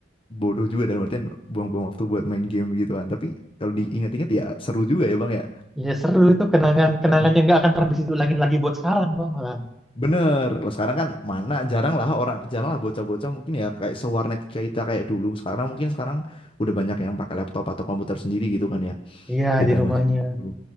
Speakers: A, on the left; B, in the centre.
A: bodoh juga dalam artian buang-buang waktu buat main game gitu kan. Tapi kalau diingat-ingat ya seru juga ya Bang ya.
B: Iya seru itu kenangan kenangan
A: Heeh.
B: yang nggak akan pernah bisa diulangin lagi buat sekarang bang malah.
A: Bener, kalau sekarang kan mana jarang lah orang, jarang lah bocah-bocah mungkin ya kayak sewarnet kayak kita kayak dulu. Sekarang mungkin sekarang udah banyak yang pakai laptop atau komputer sendiri gitu kan ya.
B: Iya
A: Beda
B: di rumahnya
A: macam. dulu.